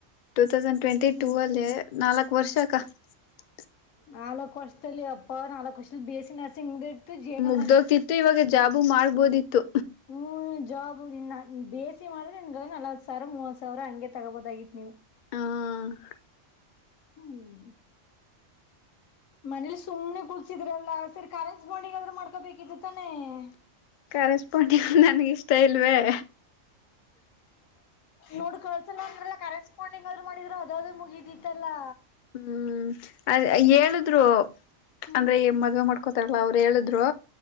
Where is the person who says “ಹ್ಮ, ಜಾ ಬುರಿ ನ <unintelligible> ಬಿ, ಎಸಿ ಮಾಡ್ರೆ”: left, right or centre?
Left